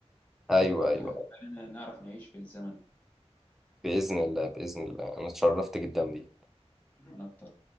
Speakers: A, in the centre; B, on the left.
A: ايوه ايوه
B: تخلينا نعرف نعيش في الزمن ده
A: باذن الله باذن الله انا اتشرفت جدا بيك
B: من اكتر